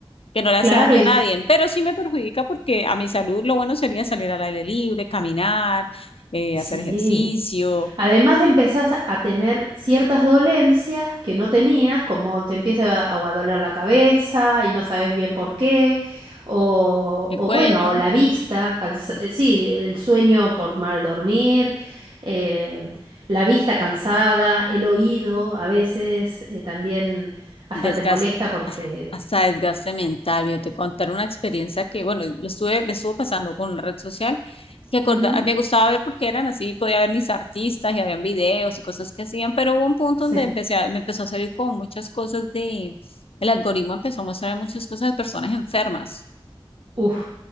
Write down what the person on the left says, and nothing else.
que no le
hace daño
a nadie, pero sí me perjudica porque a mi salud lo bueno sería salir al aire libre, caminar, eh,
hacer ejercicio.
el
cuello,
el
desgaste,
hasta desgaste mental. Mira, te contar una experiencia que, bueno, lo estuve, me estuvo pasando con una red social que acorda-
a mí me gustaba ver porque eran así, podía ver mis artistas y habían videos y cosas que hacían, pero hubo un punto
donde empecé a- me empezó a salir como muchas cosas de, el algoritmo empezó a mostrar muchas cosas de personas enfermas.